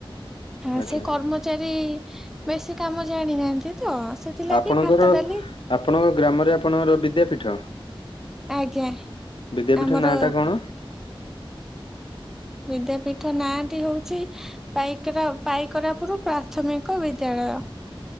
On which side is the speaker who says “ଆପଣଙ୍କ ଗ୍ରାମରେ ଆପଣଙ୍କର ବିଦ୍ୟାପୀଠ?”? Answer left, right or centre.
Left